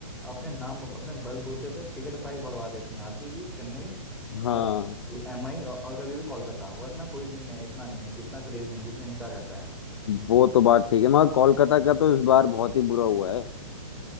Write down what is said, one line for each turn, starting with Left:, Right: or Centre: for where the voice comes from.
Centre: अपने नाम अपने बलबूते पे टिकट प्राइस बढ़वा देती हैं आरसीबी चेन्नई
Left: हाँ
Centre: और ये एमआई और, और कभी भी कोलकाता वरना कोई टीम में इतना नहीं है कि इतना क्रेज नहीं है, जितना इनका रहता है
Left: वो तो बात ठीक है मगर कोलकाता का तो इस बार बहुत ही बुरा हुआ है